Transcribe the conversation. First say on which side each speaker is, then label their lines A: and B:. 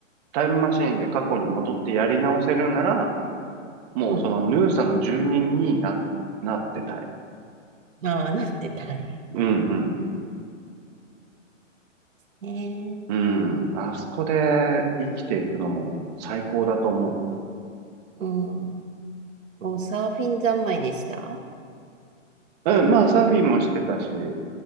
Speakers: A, on the right (about 30°); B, on the right (about 75°).
A: タイムマシーンで過去に戻ってやり直せるなら、もうそのヌーサの住人にな、
B: うん。
A: なってたい。
B: ああ、<laughs> なってたい。
A: うんうん。
B: ねえ。
A: うん。あそこで生きていくのも最高だと思
B: うん。もうサーフィン三昧でした
A: う。うん。まあサーフィンもしてたし、